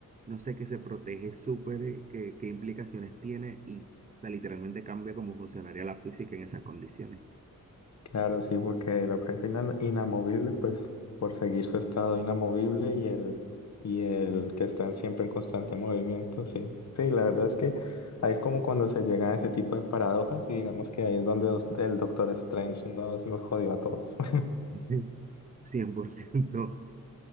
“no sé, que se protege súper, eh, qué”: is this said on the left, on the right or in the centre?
Right